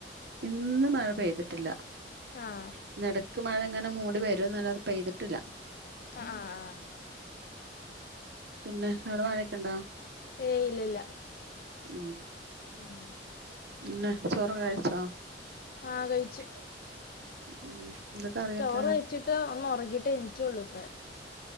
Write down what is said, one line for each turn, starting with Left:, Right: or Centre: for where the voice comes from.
Right: ഇന്ന് മഴ പെയ്തിട്ടില്ല
Left: ആഹ്
Right: ഇനി ഇടക്ക് മഴ ഇങ്ങനെ മൂടി വര നല്ലത് പെയ്തിട്ടില്ല
Left: ആഹ് ആഹ് ആഹ്
Right: പിന്നെ അവിടെ മഴ ഒക്കെ ഉണ്ടാ
Left: ഏയ്യ് ഇല്ല ഇല്ല
Right: ഉം
Left: <inaudible>
Right: പിന്നെ ചോറ് ഒക്കെ കഴിച്ചോ
Left: ആഹ് കഴിച്ചു
Right: ഉം എന്താ കറിയൊക്കെ
Left: ചോറ് കഴിച്ചിട്ട് ഒന്ന് ഉറങ്ങീട്ടു എന്നിച്ചേ ഉള്ള് ഇപ്പെ